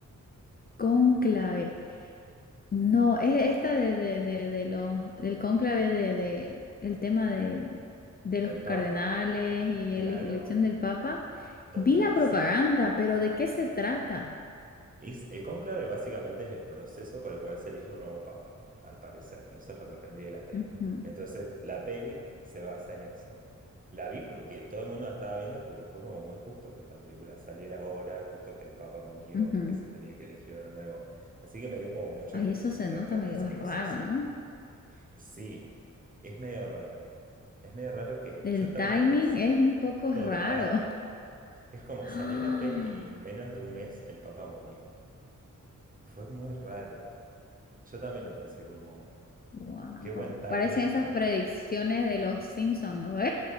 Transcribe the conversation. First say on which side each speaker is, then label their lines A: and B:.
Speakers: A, on the left; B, on the right.
A: Cónclave. No, es esta de, de, de, de los, del cónclave de, de el tema del- de, los
B: Del Papa,
A: cardenales y
B: claro,
A: la elección del Papa.
B: total,
A: Vi la propaganda,
B: sí.
A: pero ¿de qué se trata?
B: Es, el cónclave básicamente es el proceso por el cual se elige un nuevo papa, al parecer. Eso es lo que aprendí de la peli.
A: Ujú,
B: Entonces, la peli se basa en eso. La vi porque todo el mundo la estaba viendo porque fue como muy justo que esta película saliera ahora, justo que el papa murió,
A: ujú.
B: que se tenía que elegir uno nuevo. Así que me dio como mucha
A: Ay,
B: curiosidad
A: eso se nota
B: qué onda
A: medio
B: ese
A: raro,
B: proceso.
A: ¿no?
B: Sí, es medio raro. Es medio raro que
A: El
B: yo
A: timing
B: también lo pensé.
A: es un poco
B: Total.
A: raro.
B: Es como,
A: <gasps>
B: salió la peli y en menos de un mes el Papa murió. Fue muy raro. Yo también lo pensé como,
A: Wow.
B: qué buen timing
A: Parecen esas
B: o
A: predicciones de los Simpsons, ¿no? <laughs>